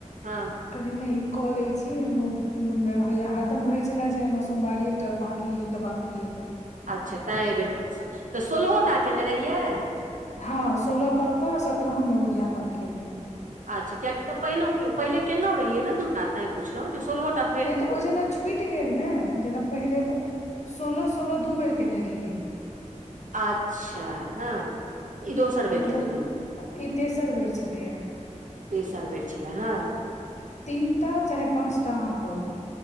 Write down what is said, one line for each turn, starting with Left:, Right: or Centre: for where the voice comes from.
Right: हँ
Left: कहलिए नै ई कऽ लै छी, हमरो मोन मे रहैया हरदम रहै छलै जे, हमर सोमवारी एकटा बाकी एकटा बा कियै।
Right: अच्छा तैँ एहिबेर तऽ सोलहोटा कयने रहियै?
Left: हँ सोलह कऽ के सत्रहम में उद्यापन केलियै।
Right: अच्छा कियाकि तऽ पहि- पहिले केेलहु रहिये ने दूटा तें पुछलहुँ जे सोलहहोटा।
Left: नै तऽ ओ जेना छुटि गेल ने, जेना पहिले सोलह- सोलह दू बेर केने रहिये।
Right: अच्छा हँ। ई दोसर बेर
Left: मतलब
Right: केने रहियै
Left: ई तेसर बेर छलैया
Right: तसर बेर छलै हँ।
Left: तीनटा चाहे पाँचटा अहाँ करू,